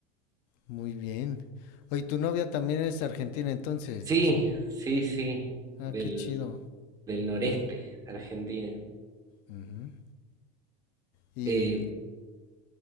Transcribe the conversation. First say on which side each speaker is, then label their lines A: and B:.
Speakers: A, on the left (about 45°); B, on the right (about 15°).
A: Muy bien. Oye, tu novia también es argentina entonces.
B: Sí, sí, sí,
A: Ah,
B: del,
A: qué chido.
B: del noreste argentino.
A: Ujú. Y,
B: Eh,